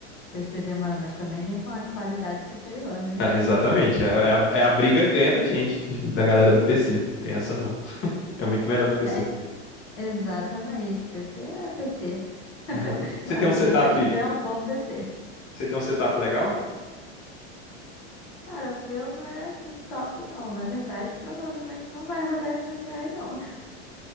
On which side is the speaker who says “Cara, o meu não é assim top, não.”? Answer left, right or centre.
Left